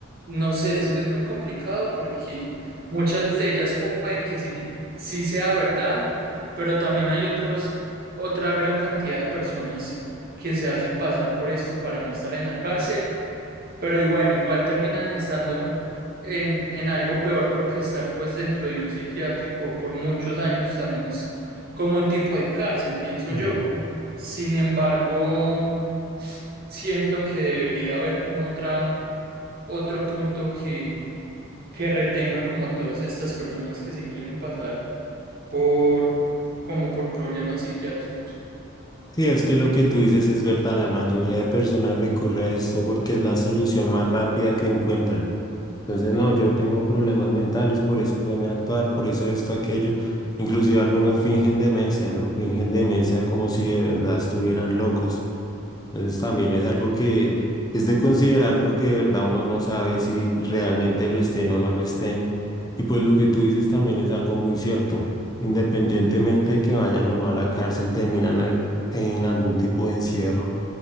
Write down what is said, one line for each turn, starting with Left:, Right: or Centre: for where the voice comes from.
Right: no sé, es que es muy complicado porque muchas de ellas pu- pueden que sí, sí sea verdad, pero también hay otros, otra gran cantidad de personas que se hacen pasar por esto para no estar en la cárcel, pero y bueno, igual terminan estando en, en algo peor porque estar pues dentro de un psiquiátrico por muchos años también es como un tipo de cárcel, pienso yo.
Left: Mm.
Right: Sin embargo, siento que debería haber como otra otro punto que, que retenga como todas estas personas que se quieren pasar por como por problemas psiquiátricos.
Left: Sí, es que lo que tú dices es verdad, la mayoría de personas recurre a esto porque es la solución más rápida que encuentran. Entonces, no, yo tengo problemas mentales, por eso fue mi actuar, por eso esto, aquello. Inclusive algunos fingen demencia, ¿no? Fingen demencia como si de verdad estuvieran locos. Entonces también es algo que es de considerar porque de verdad uno no sabe si realmente lo estén o no lo estén. Y pues lo que tú dices también es algo muy cierto. Independientemente de que vayan o no a la cárcel, terminan a- en algún tipo de encierro.